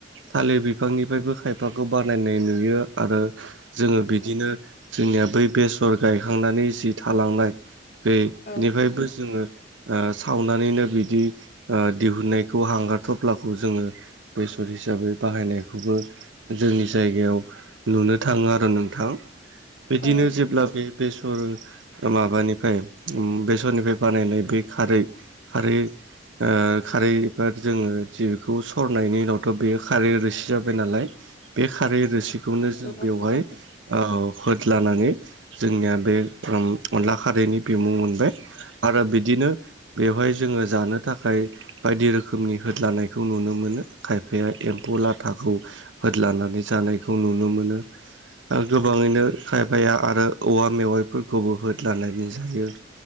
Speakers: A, on the right; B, on the left.
A: थालिर बिफांनिफ्रायबो खायफाखौ बानायनाय नुयो आरो जोङो बिदिनो जोंनिया बै बेसर गायखांनानै जि थालांनाय बे निफ्रायबो
B: औ
A: जोङो ओ सावनानैनो बिदि दिहुननायखौ ओ हांगारथ्लाखौ जोङो बेसर हिसाबै बाहायनायखौबो जोंनि जायगायाव नुनो थाङो आरो नोंथां
B: औ
A: बिदिनो
B: औ
A: जेब्ला बे बेसर माबानिफ्राय बेसरनिफ्राय बानायनाय बे खारै आरो ओ खारै एबा जोङो जिखौ सरनायनि उनावथ बेयो खारै रोसि जाबाय नालाय बे खारै रोसिखौनो जों
B: नंगौ
A: बेवहाय
B: नोंथां
A: ओ होदलानानै जोंनिया बे अनला खारैनि बिमुं मोनबाय आरो बिदिनो बेवहाय जोङो जानो थाखाय बायदि रोखोमनि होद लानायखौ नुनो मोनो खायफाया एम्फौ लाथाखौ होद लानानै जानायखौ नुनो मोनो आरो गोबाङैनो खायफाया आरो औवा मेवाइफोरखौबो होद लानानै जायो